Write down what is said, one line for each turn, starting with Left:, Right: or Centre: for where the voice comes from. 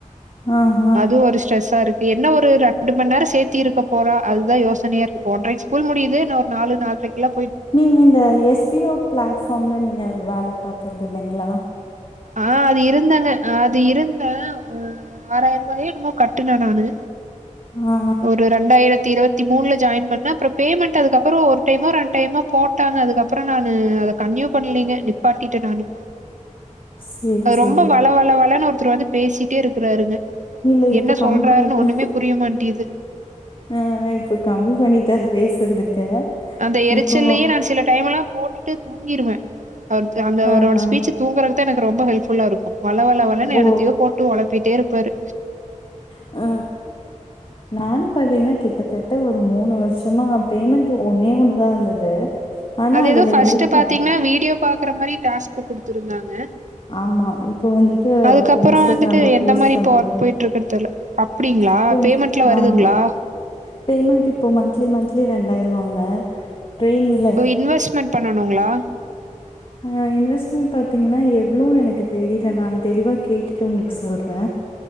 Left: ஆ ஆ
Right: அது ஒரு ஸ்ட்ரெஸ்ஸா இருக்கு என்ன ஒரு ரெண்டு மண்நேரோ சேத்தி இருக்க போறா அதுதா யோசனைய இருக்கு ஒன்றைக்கு ஸ்கூல் முடியுது இன்னு ஒரு நாலு நால்ரைக்கெல்லா
Left: நீங்க இந்த எஸ் பி ஓ ஃபிளாட்பாம்ல நீங்க வேல பாக்குறது இல்லைங்ளா
Right: ஆ அது இருந்தேங்க அது இருந்தே ம் ஆறாயிரரூபாயோ என்னமோ கட்டுன நானு
Left: ஆ
Right: ஒரு ரெண்டாயிரத்தி இருவத்தி மூணுல ஜாயின் பண்ண அப்றோ பேமெண்ட் அதுக்கப்பறோ ஒரு டைமோ ரெண்டு டைமோ போட்டாங்க அதுக்கப்பறம் நானு அத கன்டினியூ பண்லைங்க நிப்பாட்டிட்டே நானு
Left: சேரி
Right: அது
Left: சேரிங்க.
Right: ரொம்ப வள வள வளனு ஒருத்தர் வந்து பேசிட்டே இருக்கறாருங்க
Left: இல்ல இப்ப
Right: என்ன
Left: கம்மி
Right: சொல்றாருன்னு
Left: பண்ணிட்டே
Right: ஒண்ணுமே புரிய மாட்டேது
Left: ஆ இப்ப கம்மி பண்ணிட்டாரு பேசுறதுக்கு
Right: அந்த எரிச்சல்லயே
Left: இப்போ
Right: நா சில டைம் எல்லா போட்டுட்டு தூங்கிருவே அவர் அந்த அவரோட
Left: ஆ ஆ
Right: ஸ்பீச்சு தூங்கறதுக்தா எனக்கு ரொம்ப ஹெல்ப் ஃபுல்லா இருக்கு வல வல வலனு
Left: ஓ
Right: என்னத்தையோ போட்டு ஒழப்பிட்டே இருப்பாரு
Left: அ நானு பாத்தீங்கன்னா கிட்டத்தட்ட ஒரு மூணு வருஷமா பேமெண்ட் ஒன்னே ஒன்னுதா வந்தது ஆனா
Right: அது
Left: அதுல
Right: எதோ ஃபர்ஸ்டு
Left: இருக்கே.
Right: பாத்தீங்கன்னா வீடியோ பாக்கற மாரி டாஸ்க் குடுத்துருந்தாங்க
Left: ஆமா இப்ப வந்துட்டு
Right: அதுக்கப்பறோ
Left: இன்ஸ்டாகிராம்ல
Right: வந்துட்டு எந்த
Left: போஸ்ட்
Right: மாரி
Left: பண்றோமே
Right: இப்ப ஒர்க் போயிட்ருக்குனு தெர்ல அப்டிங்களா
Left: இப்ப
Right: பேமெண்ட்ல வருதுங்களா
Left: ஆமா பேமெண்ட் இப்போ மந்த்லி மந்த்லி ரெண்டாயிரூவாங்க ட்ரெயினிங்
Right: ஓ இன்வஸ்மெண் பண்ணணுங்களா
Left: அ இன்வெஸ்ட்மென் பாத்தீங்கன்னா எவ்ளோ எனக்கு தெரியல நான் தெளிவா கேட்டுட்டு உங்களுக்கு சொல்றே